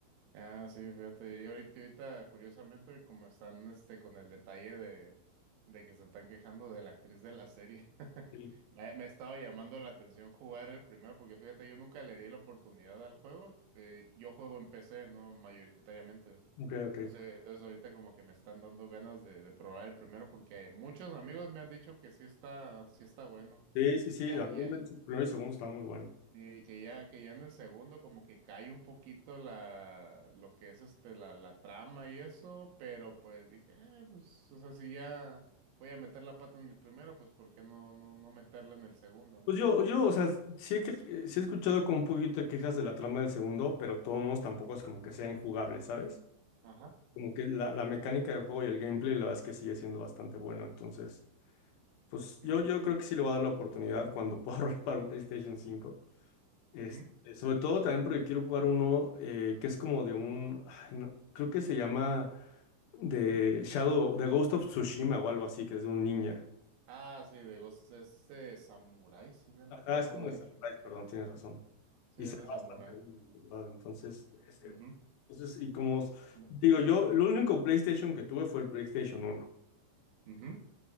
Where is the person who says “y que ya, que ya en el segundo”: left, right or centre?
Right